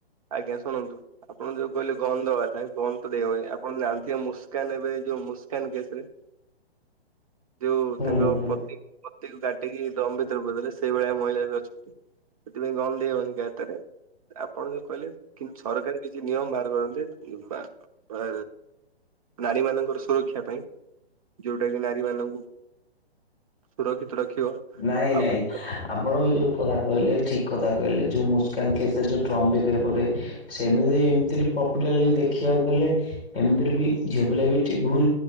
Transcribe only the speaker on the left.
ହୁଁ
ହୁଁ
ନାଇଁ
ନାଇଁ
ଆପଣ ଏ ଯୋଉ କଥା କହଲେ ଠିକ କଥା କହଲେ ଯେଉ ମୁସ୍କାନ ଟେଷ୍ଟ ରେ ଯୋଉ ଡ୍ରମ୍ ଭିତରେ ପୁରେଇ ସେମିତି ଏମିତି ପ୍ରପରଲି ଦେଖିବାକୁ ଗଲେ ଏମିତିରେ ବି ଝିଅ ପିଲା ବି ଠି ଭୁଲ।